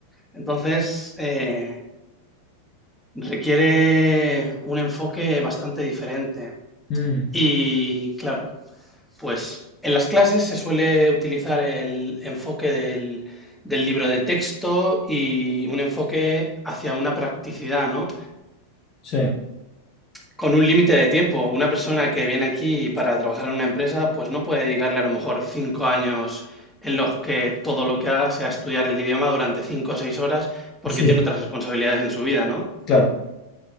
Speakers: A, in the centre; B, on the left (about 35°).
A: Entonces, eh, requiere un enfoque bastante diferente.
B: Mm,
A: Y claro, pues en las clases se suele utilizar el enfoque del, del libro de texto y un enfoque hacia una practicidad, ¿no?
B: sí.
A: Con un límite de tiempo. Una persona que viene aquí para trabajar en una empresa, pues no puede dedicarle a lo mejor cinco años en los que todo lo que haga sea estudiar el idioma durante cinco o seis horas, porque
B: Sí.
A: tiene otras responsabilidades en su vida, ¿no?
B: Claro,